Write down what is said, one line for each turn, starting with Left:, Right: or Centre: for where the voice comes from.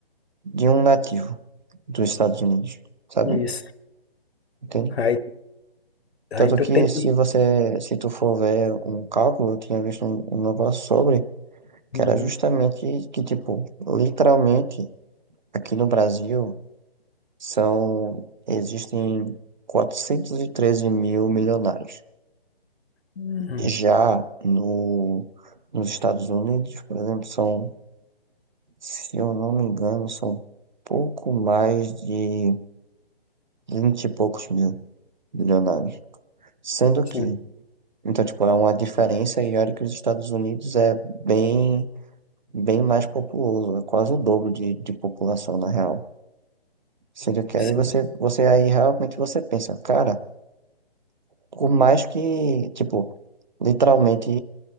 Right: de um nativo dos Estados Unidos, sabe?
Left: Isso.
Right: Entende?
Left: Aí, aí
Right: Tanto
Left: tu
Right: que
Left: tem que.
Right: se você, se tu for ver um cálculo, eu tinha visto um, um negócio sobre, que
Left: Uhum.
Right: era justamente que, tipo, literalmente, aqui no Brasil, são, existem 413 mil milionários.
Left: Hum,
Right: Já no, nos Estados Unidos, por exemplo, são, se eu não me engano, são pouco mais de 20 e poucos mil. bilionários. Sendo
Left: Sim,
Right: que, então, tipo, é uma diferença e olha que os Estados Unidos é bem, bem mais populoso, é quase o dobro de, de população, na real. Sendo que
Left: sim,
Right: aí você, você aí realmente você pensa, cara, por mais que, tipo, literalmente